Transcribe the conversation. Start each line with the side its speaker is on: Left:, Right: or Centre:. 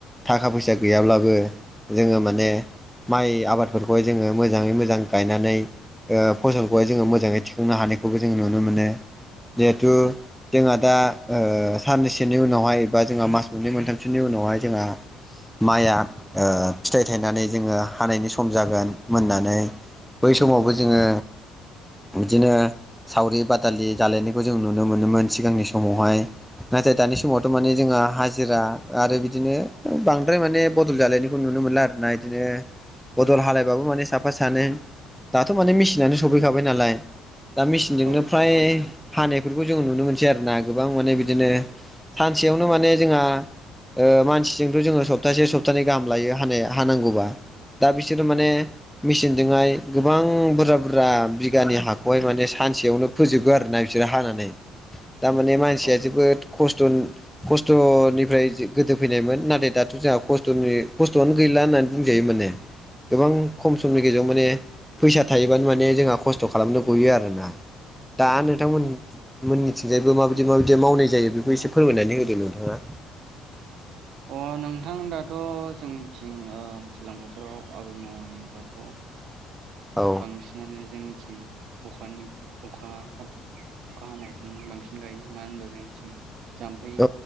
Centre: थाखा फैसा गैयाब्लाबो जोङो माने माइ आबाद बेवहाय जोङो मोजाङै मोजां गायनानै फसलखौहाय जोङो मोजाङै थिखांनो हानायखौबो जों नुनो मोनो जिहेथु जोंहा दा साननैसोनि उनावहाय एबा जोंहा मास मोननै मोनथामसोनि उनावहाय जोंहा माइआ फिथाइ थायनानै जोङो हानायनि सम जागोन मोननानै बै समावबो जोङो बिदिनो सावरि बादालि जालायनायखौ जों नुनो मोनोमोन सिगांनि समावहाय। नाथाय दानि समाव समावथ'
Right: औ
Centre: माने
Right: औ
Centre: हाज हाजिरा आरो बिदिनो बांद्राय माने बदल जालायनायखौ नुनो मोनला आर ना बिदिनो बदल हालायबाबो माने साफा सानै दाथ' माने मेसिनानो सफैखाबाय नालाय दा मेचिनजोंनो
Right: औ
Centre: फ्राय हानायफोरखौ जोङो नुनो मोनसै आरो ना। गोबां माने बिदिनो सानसेयावनो माने जोंहा ओ मानसिजोंथ' जोङो सप्तासे सप्तानैै गाहाम लायो हानाय हानांगौबा। दा बिसोरो माने
Right: औ
Centre: मेचिनजोंहाय गोबां बुरजा बुरजा बिगानि हा खौहाय माने सानसेयावनो फोजोबो आरोना बिसोरो हानानै। थारमाने मानसिया
Right: औ
Centre: जोबोद खस्थ' खस्थ'निफ्राय गोदो फैनायमोन नाथाय दाथ' जोंहा खस्थ'नि खस्थ'आनो गैला होननानै बुंजायो माने। गोबां खम समनि
Right: औ
Centre: गेजेराव माने फैसा थायोबानो माने जोंहा खस्थ' खस्थ' खालामनो गयो आरोना दा नोंथांमोन मोन मिथिंजायबो माबायदि माबायदि मावनाय जायो बेखौ एसे फोरमायनानै होदों नोंथाङा।
Right: अ नोंथां दाथ' जोंनिथिं दैज्लां बोथोराव आबाद मावनायबाथ'
Centre: औ
Right: बांसिनानो जोंनिथिं अखानि बोथोर अखा अखा हानाय बांसिन गायो मानो होनबा जों जाम्फै
Centre: औ